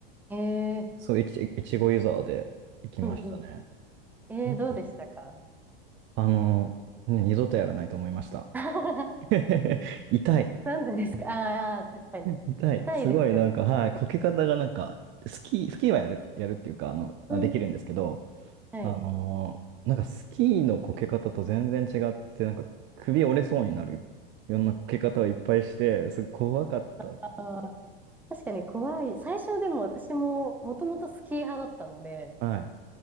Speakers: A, in the centre; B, on the right.
A: えー、
B: そう、いち、いちごユーザーで行きましたね。
A: うんうん。えー、
B: なんか、
A: どうでしたか
B: あの、ね二度とやらないと思いました。
A: <laughs>
B: <laughs> 痛い。
A: なんでですかああー、確かに。
B: 痛い。
A: 痛いですよね。
B: すごい、なんか、はい、こけ方がなんか、スキー、スキーはやる、やるっていうか、あの、あ、
A: うん。
B: できるんですけど、
A: はい。
B: あのーなんかスキーのこけ方と全然違って、なんか首折れそうになるいろんなこけ方をいっぱいして、すごい怖かった。
A: ああ、確かに怖い。最初でも私も、もともとスキー派だったので、
B: はい。